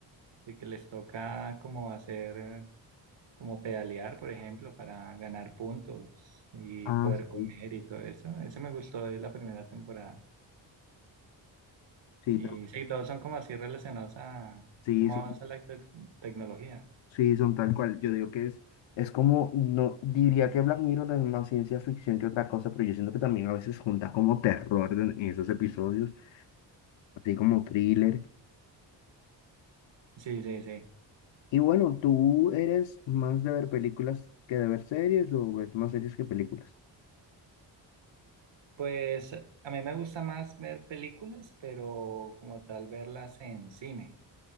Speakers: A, on the right; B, on the left.
A: de que les toca como hacer, eh, como pedalear, por ejemplo, para ganar puntos y
B: Ah,
A: poder comer
B: sí,
A: y todo eso. Ese me gustó de la primera temporada.
B: sí,
A: Y
B: tam-
A: sí, todos son como así relacionados a
B: sí,
A: cómo
B: sí,
A: avanza la te- tecnología.
B: Sí, son tal cual. Yo digo que es, es como, no, diría que Black Mirror es más ciencia ficción que otra cosa, pero yo siento que también a veces junta como terror en, en esos episodios, así como thriller.
A: Sí, sí, sí.
B: Y bueno, ¿tú eres más de ver películas que de ver series o ves más series que películas?
A: Pues a mí me gusta más ver películas, pero como tal verlas en cine.